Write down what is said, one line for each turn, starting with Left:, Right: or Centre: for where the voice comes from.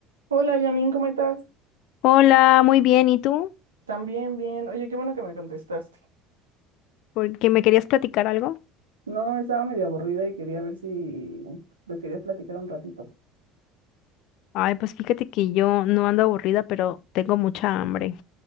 Right: Hola Janine, ¿cómo estás?
Left: Hola, muy bien. ¿Y tú?
Right: También bien. Oye, qué bueno que me contestaste.
Left: Porque me querías platicar algo.
Right: No, estaba medio aburrida y quería ver si lo querías platicar un ratito.
Left: Ay, pues fíjate que yo no ando aburrida, pero tengo mucha hambre.